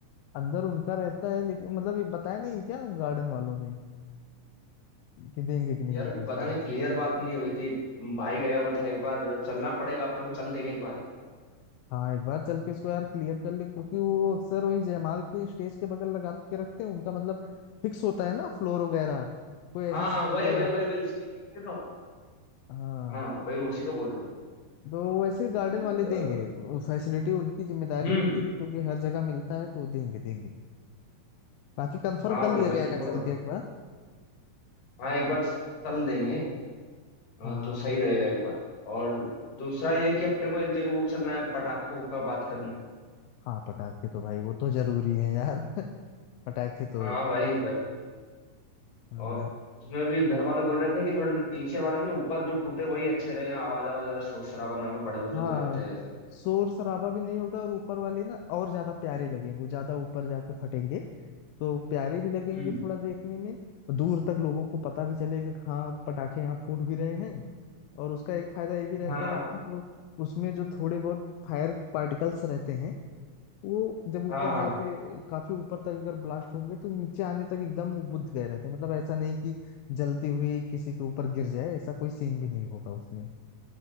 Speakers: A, on the left; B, on the left.
A: अंदर उनका रहता है लेकिन मतलब ये बताया नहीं क्या गार्डन वालों ने कि देंगे कि नहीं
B: यार
A: डीजे
B: पता नहीं
A: का
B: क्लियर बात नहीं हुई थी भाई गया हुआ था एक बार चलना पड़ेगा अपने को चल देंगे एक बार यार
A: हाँ एक बार चल के इसको यार क्लियर कर ले क्योंकि वो अक्सर वही जयमाल के स्टेज के बगल लगा के रखते हैं उनका मतलब फिक्स होता है ना फ्लोर वगैरह कोई ऐसा
B: हाँ
A: सिस्टम
B: वही
A: नहीं
B: वही
A: रहता
B: वही वही उसी का तो मैं बोल रहा हूँ
A: हाँ
B: हाँ वही उसी का बोल रहा हूँ
A: तो वैसे
B: कि,
A: गार्डन
B: अ,
A: वाले देंगे वो फैसिलिटी उनकी जिम्मेदारी
B: हम्म
A: होती है क्योंकि हर जगह मिलता है तो वो देंगे देंगे बाकी कंफर्म
B: हाँ
A: कर
B: भाई
A: लिया
B: वही
A: जाएगा
B: तो बोल
A: चल
B: रहा
A: के
B: हूँ
A: एक बार
B: हाँ एक बार चल देंगे हाँ
A: हाँ
B: तो सही रहेगा एक बार और दूसरा ये कि अपने को एक जगह वो भी चलना है पटाखों का बात करने
A: हाँ पटाखे तो भाई वो तो जरूरी है यार <laughs> पटाखे तो
B: हाँ भाई पर
A: हाँ
B: और उसमें भी घर वाले बोल रहे थे कि थोड़े नीचे वाले नहीं ऊपर जो पुटे वही अच्छे रहे आवाज आवाज ज्यादा शोर शराबा ना हो बड़े बुजुर्ग
A: हाँ
B: रहते हैं ऐसे
A: शोर शराबा भी नहीं होगा और ऊपर वाले ना और ज्यादा प्यारे लगेंगे वो ज्यादा ऊपर जाके फटेंगे तो प्यारे भी लगेंगे
B: हम्म
A: थोड़ा देखने में दूर तक लोगों को पता भी चलेगा कि हाँ पटाखे यहाँ फूट भी रहे हैं और उसका एक फायदा ये भी रहता
B: हाँ
A: है कि जो उसमें जो थोड़े बहुत फायर पार्टिकल्स रहते हैं वो जब ऊपर
B: हाँ हाँ
A: जाके काफी ऊपर तक अगर ब्लास्ट होंगे तो नीचे आने तक एकदम वो बुझ गए रहते हैं मतलब ऐसा नहीं कि जलती हुई किसी के ऊपर गिर जाए ऐसा कोई सीन भी नहीं होगा उसमें